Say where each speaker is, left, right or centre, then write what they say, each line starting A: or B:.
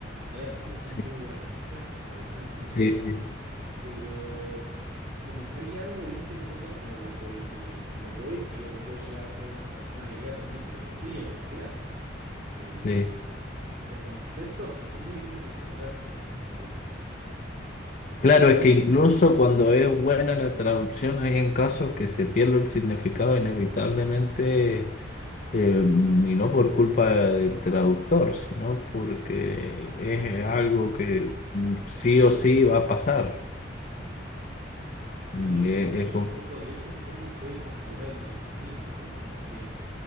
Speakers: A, on the right (about 45°); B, on the left (about 45°).
A: hay adaptaciones que
B: Sí,
A: son muy buenas, ¿viste? Traducciones muy
B: sí,
A: piola.
B: sí,
A: pero como que hay algo, viste, un poco hasta de, la poe- de lo poético que puede llegar a ser una persona que lea también de filosofía, lo que sea, que,
B: sí.
A: o conceptos que son muy difíciles de entender si no es el idioma original. Eh,
B: Claro, es que incluso cuando es buena la traducción, hay en casos que se pierde el significado inevitablemente, eh, y no por culpa del traductor, sino porque es algo que mm, sí o sí va a pasar. Mm,
A: a mí lo que
B: eh,
A: me flashea
B: Es, como-
A: un poco de eso es cómo puede configurar el pensamiento, ¿no? Como que,